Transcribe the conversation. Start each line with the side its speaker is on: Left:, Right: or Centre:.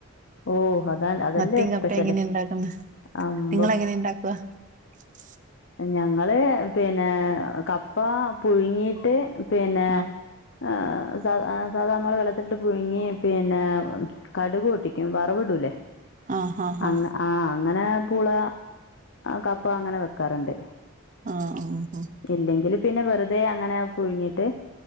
Left: ഓ അതാ അതല്ലേ
Right: മത്തി കപ്പ
Left: സ്പെഷ്യല്
Right: എങ്ങനെയ ഇണ്ടാക്കുന്ന
Left: അമ്പോ
Right: നിങ്ങ എങ്ങനെ ഇണ്ടാക്കുവ <unintelligible>
Left: ഞങ്ങള് പിന്നെ കപ്പ പുഴുങ്ങിട്ട് പിന്നെ
Right: ആഹ്
Left: ആ് സ സാദാമ വെള്ളത്തിലട്ട് പങ്ങി പിന്നെ കടക് ട്ടിക്കും വറവിടൂലേ
Right: ആഹ് ആഹ്
Left: അങ്ങ
Right: ആഹ്
Left: ആ അങ്ങനെ പുള കപ്പ അങ്ങനെ വെക്കാറുണ്ട്
Right: ആഹ ആഹ ആഹ
Left: ഇല്ലെങ്കിൽ പിന്നെ വെറുതെ അങ്ങനെ പുഴുങ്ങിട്ട്